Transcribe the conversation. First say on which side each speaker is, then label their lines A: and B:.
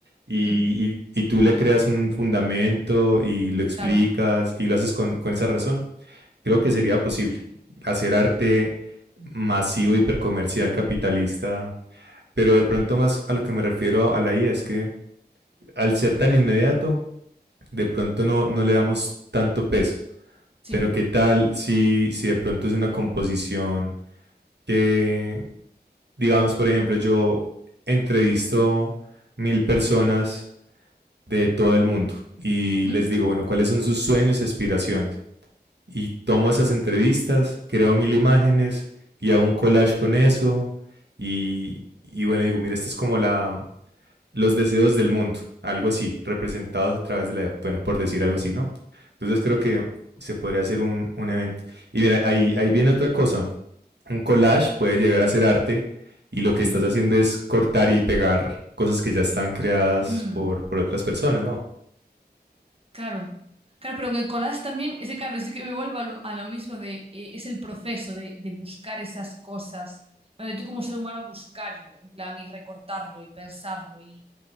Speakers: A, on the right (about 80°); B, on the right (about 35°).
A: Y,
B: ujú,
A: y- y tú le creas un fundamento y lo explicas
B: claro,
A: y lo haces con, con esa razón. Creo que sería posible hacer arte masivo, hipercomercial, capitalista, pero de pronto más a lo que me refiero a la IA es que al ser tan inmediato, de pronto no, no le damos tanto peso.
B: sí,
A: Pero qué tal si, si de pronto es una composición que Digamos, por ejemplo, yo entrevisto mil personas de todo el mundo y
B: ujú,
A: les digo, bueno, ¿cuáles son sus sueños y aspiraciones? Y tomo esas entrevistas, creo mil imágenes y hago un collage con eso y, y bueno, digo, mira, esta es como la, los deseos del mundo, algo así, representados a través de la, bueno, por decir algo así, ¿no? Entonces creo que se podría hacer un, un evento. Y mira, ahí, ahí viene otra cosa, un collage puede llegar a ser arte y lo
B: sí.
A: que estás haciendo es cortar y pegar cosas que ya están creadas
B: Mm.
A: por, por otras personas, ¿no?
B: Claro, claro, pero en el collage también, ese claro, es que me vuelvo a lo, a lo mismo de, eh, es el proceso de, de buscar esas cosas, ¿vale? Tú como ser humano buscarlo, en plan, y recortarlo y pensarlo, y,